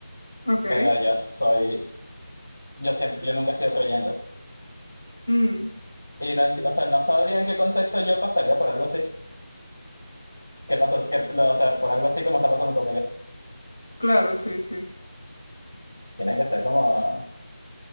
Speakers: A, on the left; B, on the left.
A: Ok.
B: pero yo soy, yo siempre, yo nunca he sido creyente.
A: Mm,
B: Y no enti- o sea, no sabría en qué contexto yo pasaría por algo así. ¿Qué pasó? que lo- o sea, por algo así como está pasando tu amiga.
A: claro, sí, sí.
B: Tiene que ser como,